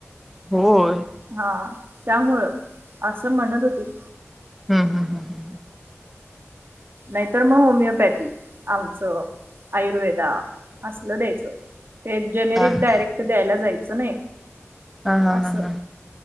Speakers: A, in the centre; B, on the right.
A: होय
B: हा त्यामुळं असं म्हणत होते.
A: हुं हुं हुं हुं
B: नाहीतर म होमिओपॅथी आमचं आयुर्वेदा असलं द्यायचं ते जेनेरिक
A: हा हा
B: डायरेक्ट द्यायला जायचं नाही.
A: हा हा
B: अस
A: हा